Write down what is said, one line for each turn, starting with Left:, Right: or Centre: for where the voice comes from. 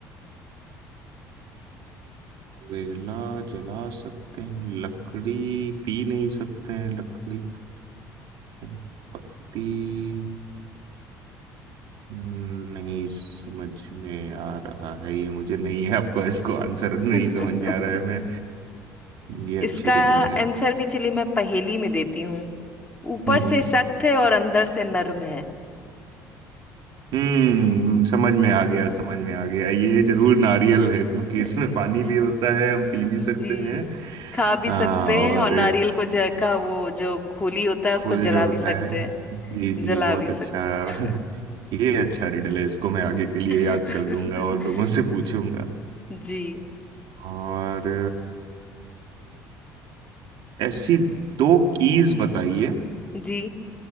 Right: कोयला जला सकते हैं लकड़ी पी नहीं सकते हैं लकड़ी खाते हैं पत्ती नहीं समझ में आ रहा है ये मुझे नहीं है आपको इसको आंसर नहीं
Left: हैं <laughs>
Right: समझ में आ रहा है मैं ये
Left: इसका
Right: अच्छी रिडल है
Left: आंसर भी चलिए मैं पहेली में देती हूँ ऊपर
Right: हम्म
Left: से सख्त है और अंदर से नर्म है
Right: हम्म समझ में आ गया समझ में आ गया ये जरूर नारियल है क्योंकि
Left: <laughs>
Right: इसमें पानी भी होता है हम पी भी
Left: जी
Right: सकते हैं
Left: खा भी सकते
Right: आ, और
Left: हैं और नारियल को जल का वो जो खोली होता है उसको
Right: खोल
Left: जला
Right: जो होता
Left: भी सकते
Right: है
Left: हैं
Right: जी जी
Left: जला
Right: बहुत
Left: भी सकते
Right: अच्छा
Left: हैं
Right: <laughs> ये अच्छा रिडल है इसको मैं आगे के लिए
Left: <laughs>
Right: याद कर लूंगा और लोगों से पूछूंगा
Left: जी
Right: और ऐसी दो कीज बताइए
Left: जी